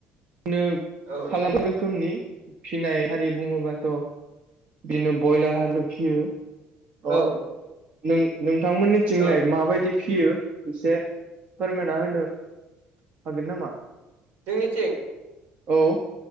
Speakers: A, on the right (about 40°); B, on the right (about 60°).
A: दिनो
B: औ
A: खालाम रोखोमनि फिनाय हारि बुङोबा थ' दिनो बयलार हारिबो फियो। अ
B: औ
A: नों-नोंथां मोनिथिंलाय
B: औ
A: माबायदि फियो एसे फोरमायना होनो हागोन नामा?
B: जोंनिथिं?
A: औ